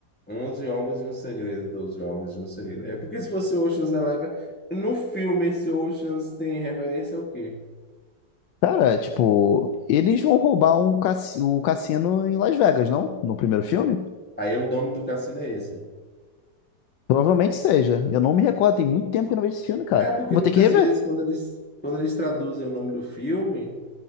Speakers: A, in the centre; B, on the left.
A: onze homens e um segredo, 12 homens e um segredo. É porque se fosse Ocean's Eleven, no filme esse Ocean's tem referência ao quê?
B: Cara, tipo, eles vão roubar um cassi- o cassino em Las Vegas, não? No primeiro filme?
A: Aí o nome do cassino é esse.
B: Provavelmente seja. Eu não me recordo, tem muito tempo que eu não vejo esse filme, cara.
A: É porque
B: Eu Vou
A: muitas
B: ter que rever.
A: vezes quando eles, quando eles traduzem o nome do filme